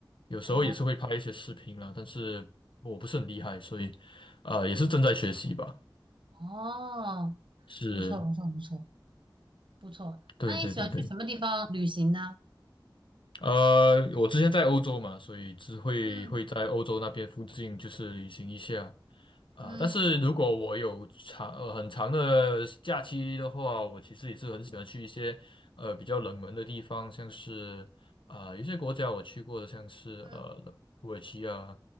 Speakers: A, on the left (about 80°); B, on the right (about 80°).
A: 有时候也是会拍一些视频啦，
B: 嗯，
A: 但是我不是很厉害，所以，呃，也是正在学习吧。
B: 哦，
A: 是，
B: 不错不错不错不错。
A: 对对对对。
B: 那你喜欢去什么地方旅行呢？
A: 呃，我之前在欧洲嘛，所以只会会在欧洲那边附近就是旅行一下，
B: 嗯
A: 啊，
B: 嗯
A: 但是如果我有长呃很长的假期的话，我其实也是很喜欢去一些呃比较冷门的地方，像是啊、有些国家我去过的，像是呃土耳其啊、
B: 嗯